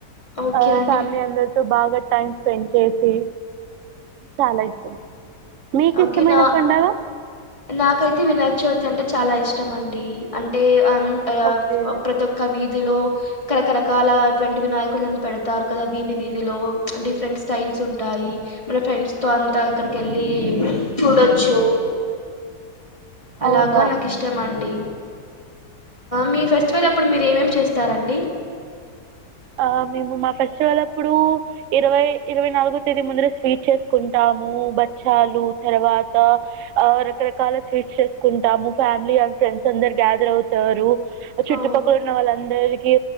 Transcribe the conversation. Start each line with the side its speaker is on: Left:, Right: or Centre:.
Left: ఓకే
Right: ఆ
Left: అండి
Right: ఫ్యామిలీ అందరితో బాగా టైమ్ స్పెండ్ చేసి చాలా ఇష్టం మీకు
Left: ఒకే
Right: ఇష్టమైన
Left: నా
Right: పండగ
Left: నా నాకైతే వినాయక చవితి అంటే చాలా ఇష్టం అండి అంటే హం ఆ
Right: ఓకే
Left: ప్రతోక్క విద్ దిలో కార్ కార్ రకాల అటువంటి వినాయకులని పెడతారు కదా వీధి వీధిలో డిఫరెంట్ స్టైల్స్ ఉం ఉంటాయి మన ఫ్రెండ్స్ తో అంతా అక్కడికి వెళ్లి చూడొచ్చు అలాగా
Right: అవునవును
Left: నాకు ఇష్టం అండి మీ ఫెస్టివల్ అప్పుడు మీరు ఎం ఎం చేస్తారండి
Right: ఆ మేము మా ఫెస్టివల్ అప్పుడు ఇరవై ఇరవై నాలుగో తేదీ ముందర స్వీట్ చేసుకుంటా టాము బచ్చలు తర్వాత రకరకాల స్వీట్స్ చేసుకుంటాము ఫ్యామిలీ అన్ ఫ్రెండ్స్ అందరు గ్యాదర్ అవుతారు చుట్టుపక్కల
Left: ఓ
Right: ఉన్న వాళ్ళందరికి